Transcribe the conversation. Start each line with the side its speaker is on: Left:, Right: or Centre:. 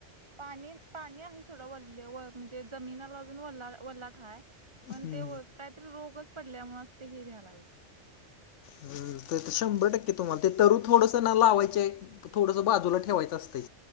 Right: पाणी पाणी आहे सोडा वल्ले व म्हणजे जमिनला अजून वल्ला वल्लाठाय. पण
Left: हम्म
Right: ते व काहीतरी रोगच पडल्या मस् ते हे व्यायला लागलय.
Left: हम्म तर शंभर टक्के तुम्हाला ते तरु थोडंस ना लावायचं आहेत. थोडस बाजूला ठेवायचं असतय.